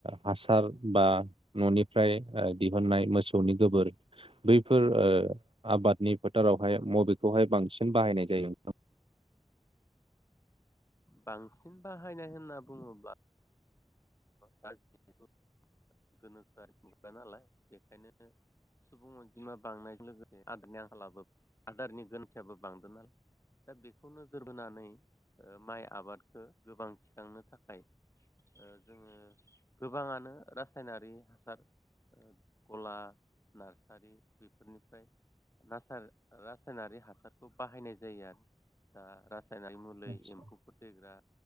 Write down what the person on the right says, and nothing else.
हासार बा न'निफ्राय ओ दिहुननाय मोसौनि गोबोर बैफोर ओ आबादनि फोथारावहाय बबेखौहाय बांसिन बाहायनाय जायो?
आदसा